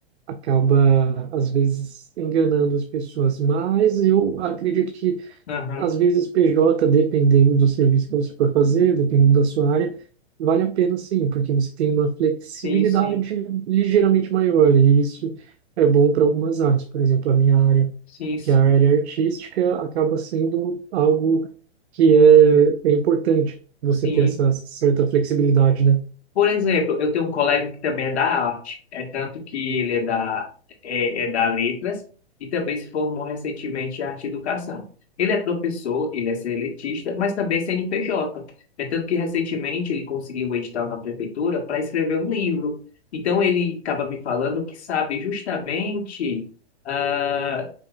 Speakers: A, on the right; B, on the left.
A: acaba, às vezes, enganando as pessoas. Mas eu acredito que,
B: Aham.
A: às vezes, PJ, dependendo do serviço que você for fazer, dependendo da sua área, vale a pena sim, porque você tem uma flexibilidade
B: Sim, sim.
A: ligeiramente maior. E isso é bom para algumas áreas. Por exemplo, a minha área,
B: Sim, sim.
A: que é a área artística, acaba sendo algo que é, é importante você
B: Sim.
A: ter essa certa flexibilidade, né?
B: Por exemplo, eu tenho um colega que também é da arte, é tanto que ele é da, é, é da letras e também se formou recentemente em arte e educação. Ele é professor, ele é seletista, mas também CNPJ. É tanto que recentemente ele conseguiu um edital na prefeitura para escrever um livro. Então ele estava me falando que sabe justamente ah,